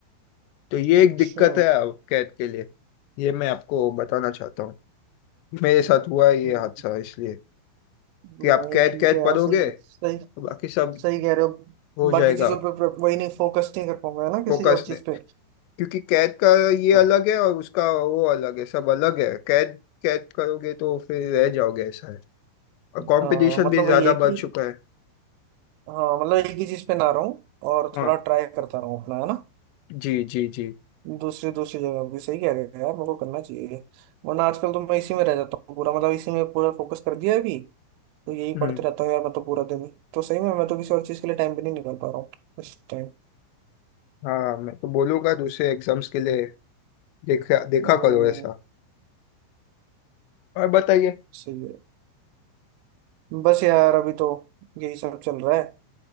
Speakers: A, on the left; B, on the right.
A: तो ये
B: अच्छा
A: एक दिक्कत है अब कैट के लिए ये मैं आपको बताना चाहता हूँ मेरे साथ हुआ है ये
B: हम्म,
A: हादसा इसलिए कि
B: नहीं
A: आप कैट
B: ठीक
A: कैट
B: है यार
A: पढ़ोगे
B: सही
A: तो
B: सही
A: बाकी सब
B: सही कह रहे हो
A: हो
B: बाकी
A: जाएगा
B: चीजों पे पे- वही नहीं फोकस नहीं कर पाऊंगा है ना
A: फोकस
B: किसी और चीज
A: में
B: पे
A: क्योंकि कैद का ये
B: हाँ।
A: अलग है और उसका वो अलग है सब अलग है कैद कैद करोगे तो फिर रह जाओगे ऐसा है और कंपटीशन
B: हाँ मतलब
A: भी ज्यादा
B: वही है कि
A: बढ़ चुका है
B: हाँ मतलब एक ही चीज पे ना रहूं और
A: हाँ
B: थोड़ा ट्राई करता रहूं अपना है ना
A: जी जी जी
B: दूसरी दूसरी जगह भी सही कह रहे हो यार मेरे को करना चाहिए वरना आजकल तो मैं इसी में रह जाता हूँ पूरा मतलब इसी में पूरा फोकस कर दिया है अभी तो यही
A: हम्म
B: पढ़ते रहता हूँ यार मैं तो पूरा दिन तो सही में मैं तो किसी और चीज के लिए टाइम भी नहीं निकाल पा रहा हूँ इस टाइम
A: हाँ मैं तो बोलूंगा दूसरे एग्जाम्स के लिए देखा
B: हम्म,
A: देखा करो ऐसा और बताइए
B: सही है बस यार अभी तो यही सब चल रहा है